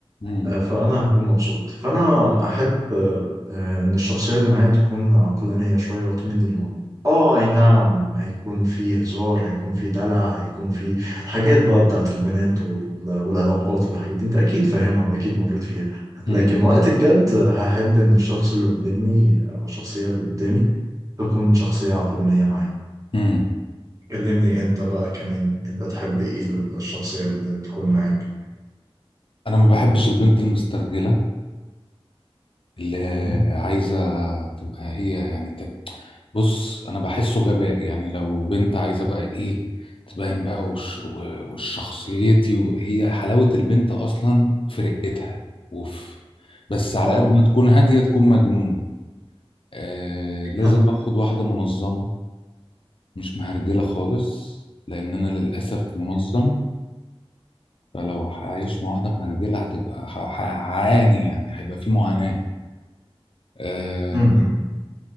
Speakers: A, on the left (about 60°); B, on the right (about 35°).
A: امم
B: آه، فأنا هكون مبسوط فأنا أحب آه، آه، إن الشخصية اللي معايا تكون عقلانية شوية وتميل للمنطق آه أي نعم هيكون فيه هزار هيكون فيه دلع هيكون فيه الحاجات بقى بتاعت البنات وال- والعلاقات والحاجات دي أنت أكيد فاهمها وأكيد مريت فيها
A: امم
B: لكن وقت الجد هحب إن الشخص اللي قدامي أو الشخصية اللي قدامي تكون شخصية عقلانية معايا
A: امم
B: كلمني أنت بقى كمان أنت تحب إيه الشخصية اللي تكون معاك
A: انا ما بحبش البنت المسترجله اللي
B: م?
A: عايزة تبقى هي يعني تب... بص أنا بحسه غباء يعني لو بنت عايزة بقى إيه تبين بقى وش... و- وشخصيتي وهي حلاوة البنت أصلا في رقتها أوف بس على
B: آه
A: قد ما تكون هادية تكون مجنونة آه...
B: <laughs>
A: لازم أخد واحدة منظمة مش مهرجلة خالص لأن أنا للأسف منظم فلو هعيش مع واحدة مهرجلة هتبقى ه- ه- هعاني يعني هيبقى في معاناة آه،
B: جميل